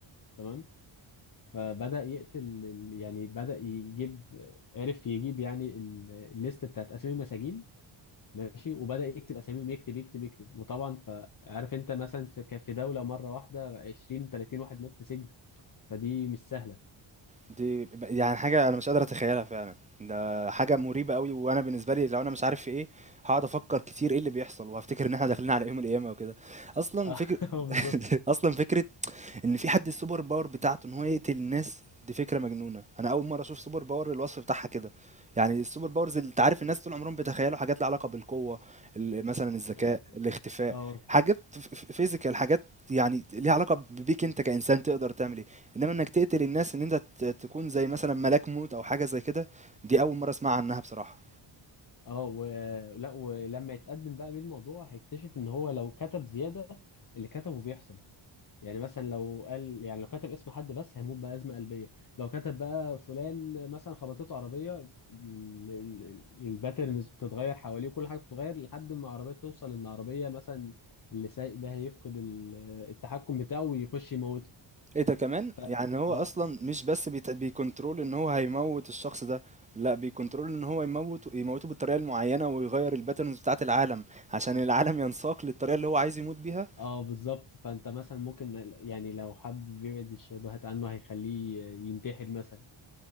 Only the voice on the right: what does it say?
دي ب يعني حاجة أنا مش قادر أتخيلها فعلًا، ده حاجة مريبة أوي، وأنا بالنسبة لي لو أنا مش عارف في إيه، هاقعد أفكر كتير إيه اللي بيحصل، وهافتكر إن إحنا داخلين على يوم القيامة وكده. أصلًا
فكر
<laughs> أصلًا فكرة ان في حد السوبر باور بتاعته ان هو يقتل الناس دي فكره مجنونه انا اول مره اشوف سوبر باور الوصف بتاعها كده يعني السوبر باورز اللي انت عارف الناس طول عمرهم بيتخيلوا حاجات لها علاقه بالقوه ال- مثلا الذكاء
الاختفاء
حاجات فيزيكال حاجات يعني ليها علاقه بيك انت كانسان تقدر تعمل ايه انما انك تقتل الناس ان انت ت- تكون زي مثلا ملاك موت او حاجه زي كده دي اول مره اسمع عنها بصراحه
ايه ده كمان
يعني هو
اصلا مش بس بيت- بيكنترول ان هو هيموت الشخص ده لا بيكنترول ان هو يموت يموته بالطريقه المعينه ويغير الباترنز بتاعه العالم عشان العالم ينساق للطريقه اللي هو عايز يموت بيها